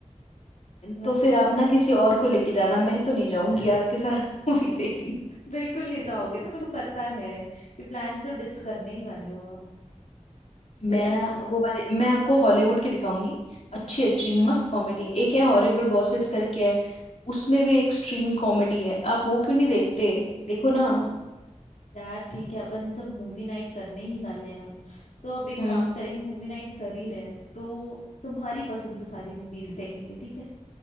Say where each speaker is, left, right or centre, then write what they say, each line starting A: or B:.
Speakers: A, on the left; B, on the left.
A: मतलब
B: तो फिर आप ना किसी और को लेके जाना मैं तो नहीं जाऊंगी
A: <laughs>
B: आपके साथ <laughs> मूवी देखने
A: बिल्कुल नहीं जाओगे ना मेरे को पता है कि प्लान तो डिच करने ही वाले हो आप पर
B: मैं
A: यार
B: ना
A: मेरे को
B: वो वाले मैं आपको हॉलीवुड
A: हम्म
B: की दिखाऊंगी अच्छी अच्छी मस्त कॉमेडी एक है हॉरिबल बॉसेस करके है उसमें भी एक्सट्रीम कॉमेडी है आप वो क्यों नहीं देखते देखो ना
A: यार ठीक है अपन जब मूवी नाइट करने ही वाले हैं अब तो अब एक
B: हम्म
A: काम करेंगे मूवी नाइट कर ही रहे हैं तो तुम्हारी पसंद से सारी मूवीज देखेंगे ठीक है